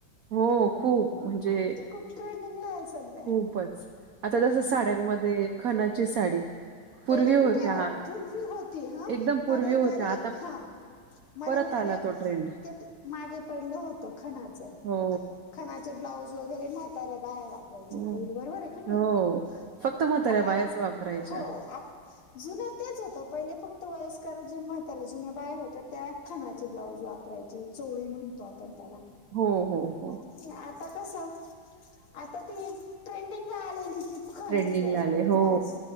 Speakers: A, on the right (about 80°); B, on the left (about 85°).
A: हो खूप म्हणजे
B: खुप ट्रेडिंगला आहे सद
A: खूपच आता कस साड्यांमध्ये खनाची साडी पूर्वी
B: पहिले
A: होत्या
B: कुठे हो
A: हा
B: पूर्वी होती हा
A: एकदम पूर्वी
B: मध्यंतरी
A: होत्या आता
B: हा मध्येंतरे
A: परत आला तो ट्रेंड
B: ते मी मागे पडलं होतं खणाचं
A: हो
B: खणाचे ब्लाऊज वगैरे म्हाताऱ्या बाया वाप यायच्या
A: हो
B: पो बरोबर ये की
A: हो.
B: नाई
A: फक्त म्हाताऱ्या
B: आता
A: बायाच वापरायच्या
B: हो. आत जुने तेच होतं पहिले फक्त वयस्कर जे म्हत्याऱ्या जुन्या बाया होत्या त्या खणाचे ब्लाऊज वापरायचे चोळी म्हणतो आपण त्याला.
A: हो हो हो.
B: ज्या आता कसं आता ती ट्रेंडिंगला आलेली ती खणाच
A: ट्रेंडिंगला
B: ब्लाऊज.
A: आले. हो.